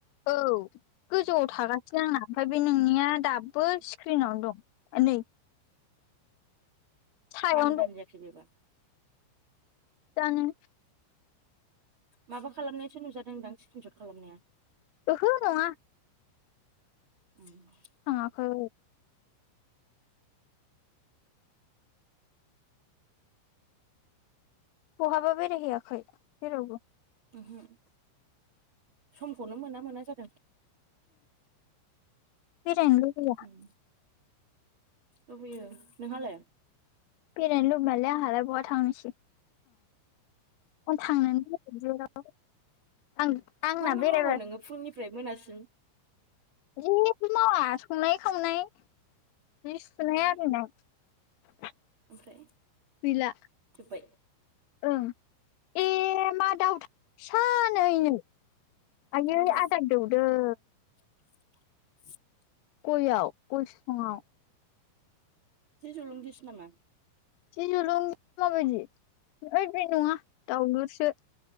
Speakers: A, on the left (about 90°); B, on the right (about 70°).
A: औ गोजौआव थागासिनो आंना ओमफ्राय बे नोंनिया दाब बो स्क्रिनाव दं नै सायावनो
B: मानो दानजा खिलिबा
A: जानो
B: माबा खालामनायासो नुजादोंदां स्क्रिनसट खालामनाया
A: ओहो नङा
B: <unintelligible>
A: थाङाखै बहाबा बेराय हैयाखै जेरावबो
B: उमहम समखौनो मोना मोना जादों
A: बेरायनो लुगैया
B: उम, लुबैयो नोंहालाय
A: बेरायनो लुबैमालाय आंहालाय बहा थांनोसै थांनोनो जायाखै जेराव आं आंना
B: मा मा
A: बेरायबा
B: मावो नोङो फुंनिफ्राय मोनासिम
A: जेबो मावा संनाय खावनाय जि सुनाय
B: ओमफ्राय
A: आरिनाय
B: ओमफ्राय
A: गैला
B: जोब्बाय
A: ओं ए मा दउथु फिसानो ऐनै आयै
B: मा दाउ
A: आदार दौदों
B: <inaudible>
A: गयआव गय फिफाङाव
B: जे जलुंगिसो नामा
A: जे जलुंगि माबायदि ओइ बे नङा दाउलुरसो